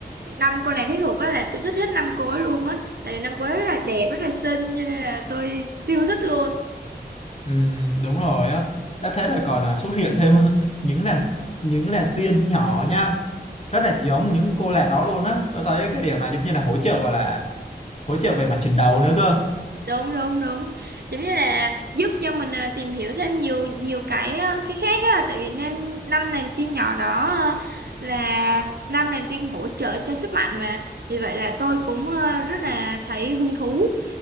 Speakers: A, on the right; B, on the left.
A: năm cô nàng phép thuật á là tôi thích hết năm cô ấy luôn á tại vì năm cô ấy rất là đẹp rất là xinh cho nên là tôi siêu thích luôn
B: ừ, đúng rồi á đã thế rồi còn là xuất hiện thêm ờ, những làn những làn tiên nhỏ nha rất là giống những cô làng đó luôn á tôi thấy cái điểm này giống như là hỗ trợ gọi là hỗ trợ về mặt chiến đấu nữa cơ
A: đúng đúng đúng giống như là giúp cho mình à, tìm hiểu thêm nhiều nhiều cái à, cái khác á tại vì năm năm nàng tiên nhỏ đó à, là năm nàng tiên hỗ trợ cho sức mạnh mà vì vậy là tôi cũng à, rất là thấy hứng thú